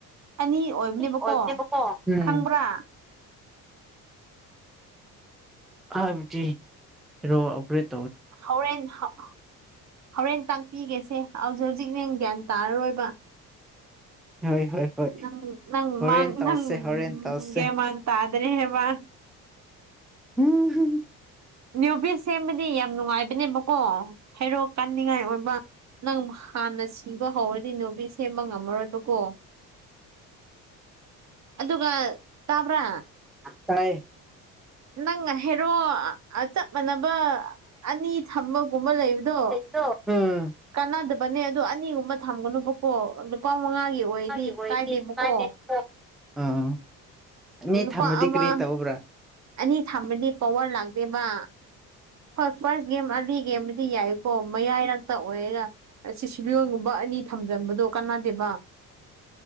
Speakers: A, on the right (about 35°); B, in the centre.
A: ꯑꯅꯤ ꯑꯣꯏꯕꯅꯤꯕꯀꯣ
B: ꯑꯣꯏꯕꯅꯦꯕꯀꯣ ꯎꯝ
A: ꯈꯪꯕ꯭ꯔꯥ
B: ꯑꯗꯨꯕꯨꯗꯤ ꯍꯦꯔꯣ ꯑꯞꯒ꯭ꯔꯦꯠ
A: ꯍꯣꯔꯦꯟ ꯍꯣꯔꯦꯟ ꯇꯥꯛꯄꯤꯒꯦꯁꯦ ꯍꯧꯖꯤꯛ ꯍꯧꯖꯤꯛ ꯅꯪ ꯒ꯭ꯌꯥꯟ ꯇꯥꯔꯔꯣꯏꯕ
B: ꯍꯣꯏ ꯍꯣꯏ ꯍꯣꯏ
A: ꯅꯪ- ꯅꯪ
B: ꯍꯣꯔꯦꯟ
A: ꯃꯥꯡ
B: ꯇꯧꯁꯦ
A: ꯅꯪ
B: ꯍꯣꯔꯦꯟ ꯇꯧꯁꯦ
A: ꯒꯦꯟꯃꯥꯟ ꯇꯥꯗ꯭ꯔꯦ ꯍꯦꯕꯥ
B: ꯎꯝ ꯍꯨꯝ
A: ꯅꯤꯎ ꯕꯤꯁ ꯁꯦꯝꯕꯗꯤ ꯌꯥꯝ ꯅꯨꯡꯉꯥꯏꯕꯅꯦꯕꯀꯣ ꯍꯩꯔꯣꯛ ꯀꯟꯅꯤꯡꯉꯥꯏ ꯑꯣꯏꯕ ꯅꯪ ꯍꯥꯟꯅ ꯁꯤꯕ ꯍꯧꯔꯥꯗꯤ ꯅꯤꯎꯃꯤꯁ ꯁꯦꯝꯕ ꯉꯝꯃꯥꯔꯣꯏꯕꯀꯣ ꯑꯗꯨꯒ ꯇꯥꯕ꯭ꯔꯥ
B: ꯇꯥꯏ
A: ꯅꯪꯅ ꯍꯥꯏꯦꯔꯣ ꯆꯞ ꯃꯥꯟꯅꯕ ꯑꯅꯤ ꯊꯝꯕꯒꯨꯝꯕ ꯂꯩꯕꯗꯣ
B: ꯑꯗꯣ ꯎꯝ
A: ꯀꯥꯟꯅꯗꯕꯅꯦ ꯑꯗꯣ ꯑꯅꯤꯒꯨꯝꯕ ꯊꯝꯒꯅꯨꯕꯀꯣ ꯂꯨꯄꯥ ꯃꯉꯥꯒꯤ ꯑꯣꯏꯗꯤ
B: ꯃꯥꯒꯤ
A: ꯀꯥꯏꯗꯦꯕꯀꯣ
B: ꯀꯥꯏꯗꯦ ꯑꯥ ꯑꯅꯤ
A: ꯂꯨꯄꯥ
B: ꯊꯝꯃꯗꯤ
A: ꯑꯃ
B: ꯀꯔꯤ ꯇꯧꯕ꯭ꯔꯥ
A: ꯑꯅꯤ ꯊꯝꯃꯥꯗꯤ ꯄꯥꯋꯥꯔ ꯂꯥꯛꯇꯦꯕ ꯐꯥꯔꯁ ꯐ꯭ꯔꯁ ꯒꯦꯝ ꯑꯔꯂꯤ ꯒꯦꯝꯕꯨꯗꯤ ꯌꯥꯏꯌꯦꯀꯣ ꯃꯌꯥꯏꯔꯛꯇ ꯑꯣꯏꯔꯒ ꯑꯁꯤ ꯁꯤꯁꯤꯂꯤꯌꯣꯟꯟꯒꯨꯝꯕ ꯑꯅꯤ ꯊꯝꯖꯟꯕꯗꯣ ꯀꯅꯥꯗꯦꯕ